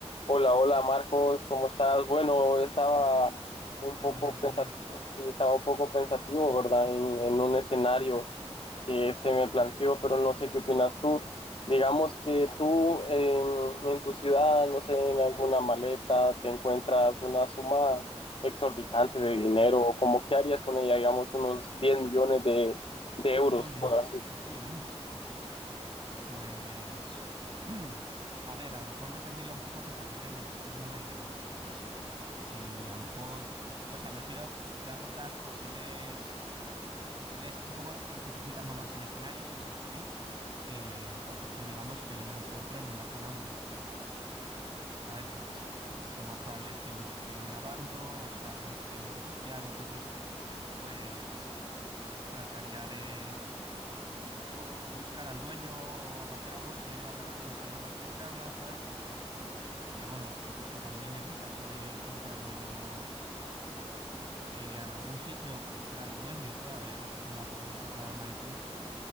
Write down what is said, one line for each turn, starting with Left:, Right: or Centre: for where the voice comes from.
Left: Hola, hola Marcos, ¿cómo estás? Bueno, estaba un
Right: Hola
Left: poco
Right: Isaí,
Left: pensativo, sí, estaba un poco pensativo, ¿verdad? En, en un escenario que se me planteó, pero no sé qué opinas tú. Digamos que tú en, en tu ciudad, no sé, en
Right: Dime,
Left: alguna
Right: dime.
Left: maleta, te encuentras una suma exorbitante de dinero, o como qué harías con ella, digamos, unos 10 millones de, de euros,
Right: jolín,
Left: por así.
Right: diez millones. Pues, <clears throat> a ver, a lo mejor dependería un poco de también el, el entorno en el que me lo encontrase. Si a lo mejor, o sea, me refiero, te voy a contar posibles, posibles, un poco especificando más el escenario, si te parece bien, que, por ejemplo, digamos que yo me lo encuentro en una zona muy pública, ¿sabes? Pues lo más probable es que o me estén grabando o sea algún experimento social, entonces, pues trataría de o buscar al dueño o hacer algo, sino llevarlo a la comisaría más cercana, ¿sabes? Que bueno, yo creo que también en el caso de encontrármelo eh, en algún sitio o conocer al dueño y todo, haber visto cómo la persona se dejaba el maletín,